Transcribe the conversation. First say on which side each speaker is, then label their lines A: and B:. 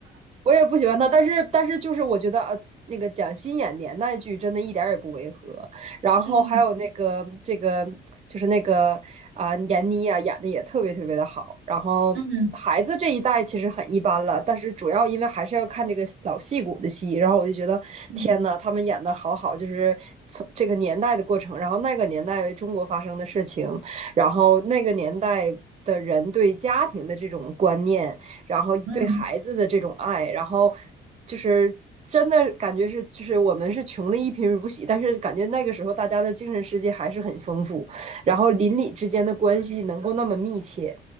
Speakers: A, on the right; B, on the right.
A: 我也不喜欢他，但是但是就是我觉得呃，那个蒋欣演年代剧真的一点儿也不违和，然后还有那个这个就是那个啊、
B: 嗯
A: 闫妮啊演的也特别特别的好，然后孩子这一代其实很一般了，
B: 嗯
A: 但是主要因为还是要看这个老戏骨的戏，然后我就觉得天呐，
B: 嗯
A: 他们演的好好，就是从这个年代的过程，然后那个年代中国发生的事情，然后那个年代。的人对家庭的这种观念，然后对孩子的这种爱，
B: 嗯，
A: 然后就是真的感觉是，就是我们是穷的一贫如洗，但是感觉那个时候大家的精神世界还是很丰富，然后邻里之间的关系能够那么密切。